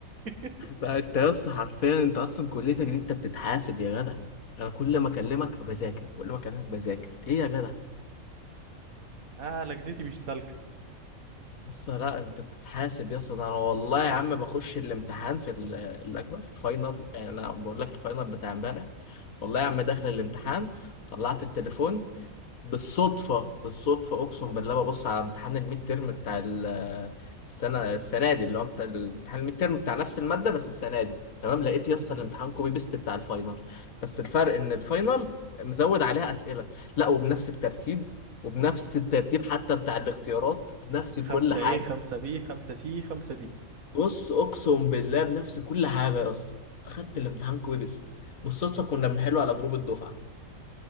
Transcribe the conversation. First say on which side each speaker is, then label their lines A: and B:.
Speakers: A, on the right; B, on the left.
A: <laughs>
B: بقى انت يا اسطى حرفيا انت اصلا كليتك دي انت بتتحاسب يا جدع انا كل ما اكلمك بذاكر كل ما اكلمك بذاكر ايه يا جدع
A: اه لجدتي مش سالكة
B: يا اسطى لا انت بتتحاسب يا اسطى ده انا والله يا عم بخش الامتحان في ال- الاجنبي في الفاينل يعني انا بقول لك الفاينل بتاع امبارح والله يا عم داخل الامتحان طلعت التليفون بالصدفة بالصدفة أقسم بالله ببص على امتحان الميد تيرم بتاع ال- السنة السنة دي اللي هو بتاع الامتحان الميد تيرم بتاع نفس المادة بس السنة دي تمام لقيت يا
A: مم.
B: اسطى الامتحان كوبي بيست بتاع الفاينل بس الفرق إن الفاينل مزود عليها أسئلة لا وبنفس الترتيب وبنفس الترتيب حتى بتاع الاختيارات وبنفس كل
A: خمسة
B: حاجة
A: ايه خمسة بي خمسة سي خمسة دي
B: بص أقسم بالله بنفس كل حاجة يا اسطى أخدت الامتحان كوبي بيست بالصدفة كنا بنحله على جروب الدفعة